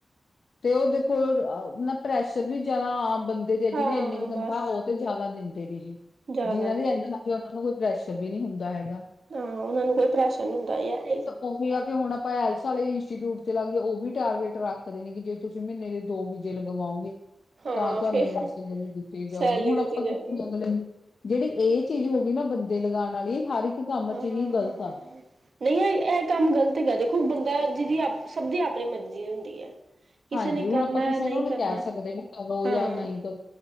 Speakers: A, on the left (about 75°); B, on the right (about 70°).
A: ਤੇ ਉਹ ਦੇਖੋ ਨਾ, ਪ੍ਰੈਸ਼ਰ ਵੀ ਜਿਆਦਾ। ਆਮ ਬੰ ਜਿਹਦੀ ਇੰਨੀ
B: ਹਾਂ
A: ਕੁ-ਇੰਨੀ ਕੁ
B: ਬਸ
A: ਤਨਖਾਹ, ਉਹ ਤੇ ਜ਼ਿਆਦਾ ਦਿੰਦੇ ਨੇ ਜੀ।
B: ਜ਼ਿਆਦਾ
A: ਜਿਨਾਂ ਦੀ ਐਨੀ ਤੇ ਉੱਥੇ ਉਨੂੰ ਕੋਈ ਪ੍ਰੈਸ਼ਰ ਵੀ ਨਹੀਂ ਹੁੰਦਾ ਹੈਗਾ।
B: ਹਾਂ, ਉਹਨਾਂ ਨੂੰ ਕੋਈ ਪ੍ਰੈਸ਼ਨਰ ਨਹੀਂ ਹੁੰਦਾ ਹੈਗਾ ਏ।
A: ਹੁਣ ਵੀ ਆ ਕਿ ਹੁਣ ਆਪਾਂ, ਹੈਲਥ ਵਾਲੇ ਇੰਸਟੀਟਿਊਟ ਤੇ ਲੱਗਦੇ ਉਹ ਵੀ ਟਾਰਗੇਟ ਰੱਖਦੇ ਨੇ, ਕਿ ਜੇ ਤੁਸੀਂ ਮਹੀਨੇ ਦੇ ਦੋ ਵੀਜੇ ਲਗਵਾਓਗੇ।
B: ਹਾਂ
A: ਤਾਂ ਤੁਹਾਨੂੰ
B: ਫਿਰ
A: ਇੰਨਾ ਸੈਲਰੀ ਦਿੱਤੀ ਜਾਊਗੀ।
B: ਸੈਲਰੀ
A: ਹੁਣ
B: ਦਿੱਤੀ
A: ਆਪਾਂ
B: ਜਾਏਗੀ
A: ਕਿੱਥ ਅਗਲੇ ਨੂੰ ਜਿਹੜੀ ਇਹ ਚੀਜ਼ ਹੋ ਗਈ ਨਾ, ਬੰਦੇ ਲਗਾਉਣ ਵਾਲੀ, ਹਰ ਇੱਕ ਕੰਮ
B: ਹਾਂ
A: 'ਚ ਹੀ ਗ਼ਲਤ ਆ।
B: ਨਹੀਂ, ਨਹੀਂ, ਇਹ ਕੰਮ ਗ਼ਲਤ ਹੈਗਾ। ਦੇਖੋ, ਬੰਦਾ ਜਿਹਦੀ ਸਭ ਦੀ ਆਪਣੀ ਮਰਜ਼ੀ ਹੁੰਦੀ ਹੈ। ਕਿਸੇ
A: ਹਾਂਜੀ,
B: ਨੇ ਕਰਨਾ
A: ਹੁਣ ਆਪਾਂ ਕਿਸੇ
B: ਹੈ
A: ਨੂੰ ਨਹੀਂ
B: ਕਰਨਾ
A: ਕਹਿ ਸਕਦੇ, ਵੀ ਕਰੋ
B: ਹਾਂ
A: ਜਾਂ ਨਹੀਂ ਕ